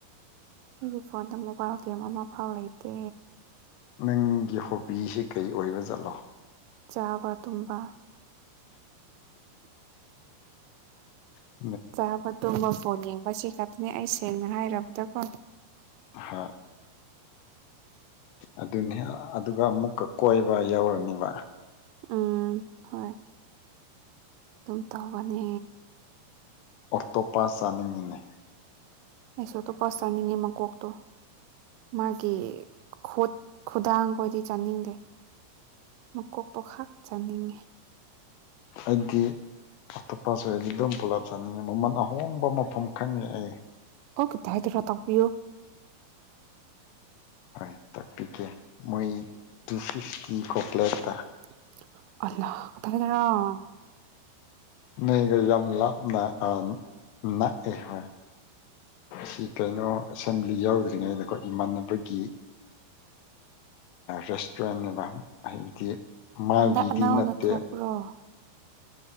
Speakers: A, on the right; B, on the left.
A: ꯑꯩꯒꯤ ꯐꯣꯟꯗ ꯃꯣꯕꯥꯏꯜ ꯒꯦꯝ ꯑꯃ ꯐꯥꯎ ꯂꯩꯇꯦ
B: ꯅꯪꯒꯤ ꯍꯣꯕꯤꯁꯤ ꯀꯔꯤ ꯑꯣꯏꯕ ꯆꯠꯂꯣ
A: ꯆꯥꯕ ꯇꯨꯝꯕ
B: ꯍ
A: ꯆꯥꯕ ꯇꯨꯝꯕ ꯐꯣꯟ ꯌꯦꯡꯕꯁꯤ ꯈꯛꯇꯅꯤ ꯑꯩ ꯁꯦꯡꯅ ꯍꯥꯏꯔꯕꯗ ꯐꯣꯟ
B: ꯍꯣꯏ ꯑꯗꯨꯅꯤ ꯑꯗꯨ ꯑꯗꯨꯒ ꯑꯃꯨꯛꯀ ꯀꯣꯏꯕ ꯌꯥꯎꯔꯅꯤꯕ
A: ꯎꯝ ꯍꯣꯏ ꯑꯗꯨꯝ ꯇꯧꯕꯅꯦ
B: ꯑꯣꯇꯣꯞꯄꯥꯁ ꯆꯥꯅꯤꯡꯉꯤꯅꯦ
A: ꯑꯩꯁꯨ ꯑꯇꯣꯞꯄꯁ ꯆꯥꯅꯤꯡꯉꯦ ꯃꯀꯣꯛꯇꯣ ꯃꯥꯒꯤ ꯈꯨꯠ ꯈꯨꯗꯥꯡꯈꯣꯏꯗꯤ ꯆꯥꯅꯤꯡꯗꯦ ꯃꯀꯣꯛꯇꯣ ꯈꯛ ꯆꯥꯅꯤꯡꯉꯦ
B: ꯑꯗꯨꯗꯤ ꯑꯇꯣꯞꯄꯁ ꯑꯣꯏꯔꯗꯤ ꯑꯗꯨꯝ ꯄꯨꯂꯞ ꯆꯥꯅꯤꯡꯉꯦ ꯃꯃꯜ ꯑꯍꯣꯡꯕ ꯃꯐꯝ ꯈꯪꯉꯦ ꯑꯩ
A: <unintelligible> ꯇꯥꯛꯄꯤꯌꯨ
B: ꯍꯣꯏ ꯇꯥꯛꯄꯤꯒꯦ ꯃꯣꯏ ꯇꯨ ꯐꯤꯞꯇꯤ ꯀꯣ ꯄ꯭ꯂꯦꯠꯇ
A: <unintelligible>
B: ꯅꯣꯏꯒ ꯌꯝ ꯂꯞꯅ ꯑ ꯅꯛꯑꯦ ꯍꯣꯏ ꯁꯤ ꯀꯩꯅꯣ ꯑꯦꯁꯦꯝꯕ꯭ꯂꯤ ꯌꯥꯎꯗꯦ ꯍꯧꯗ꯭ꯔꯤꯉꯩꯗꯀꯈꯣꯏ ꯏꯃꯥꯟꯅꯕꯒꯤ ꯔꯦꯁꯇꯨꯔꯦꯟꯅꯦꯕ ꯍꯥꯏꯕꯗꯤ ꯃꯥꯒꯤꯗꯤ
A: ꯍꯟꯗꯛ ꯑꯅꯧꯅ
B: ꯅꯠꯇꯦ
A: ꯊꯣꯛꯄ꯭ꯔꯣ